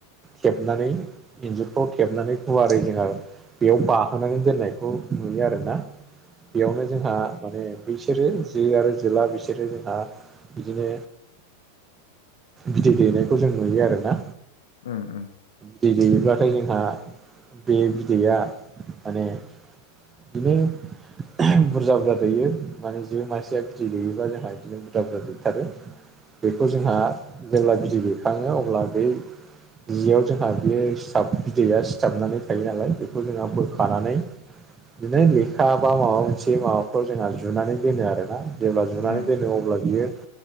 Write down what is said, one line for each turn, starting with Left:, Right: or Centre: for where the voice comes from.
Right: थेबनानै इन्जुरफ्राव थेबनानै गुवारै जोंहा बेयाव बाहोनानै दोननायखौ नुयो आरोना बेयावनो जोंहा माने बिसोरो जो आरो जोला बिसोरो जोंहा बिदिनो बिदै दैनायखौ जों नुयो आरो ना।
Left: उम उम
Right: बिदै दैयोब्लाथाय जोंहा बे बिदैया माने बिदिनो बुरजा बुरजा दैयो माने जे मानसिया बिदै दैयोबा जोंहा बिदिनो बुरजा बुरजा दैथारो बेखौ जोंहा जेब्ला बिदै दैखाङो अब्ला बै जियाव जोंहा बेयो सिथाब बिदैया सिथाबनानै थायो नालाय बेखौ जोंहा बोखानानै बिदिनो लेखा बा माबा मोनसे माबाफ्राव जोंहा जुनानै दोनो आरोना। जेब्ला जुनानै
Left: उम
Right: दोनो अब्ला बियो